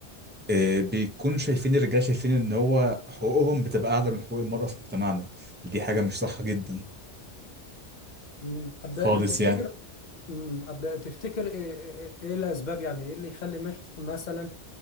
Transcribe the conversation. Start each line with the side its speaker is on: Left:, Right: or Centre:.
Right: آه، بيكون شايفين الرجال شايفين ان هو حقوقهم بتبقى اعلى من حقوق المرأة في مجتمعنا دي حاجة مش صح جدا
Left: مم. أب-
Right: خالص
Left: تفتكر
Right: يعني
Left: مم. أب- تفتكر ايه إيه- إيه- إيه الاسباب يعني ايه اللي يخلي مش- مثلا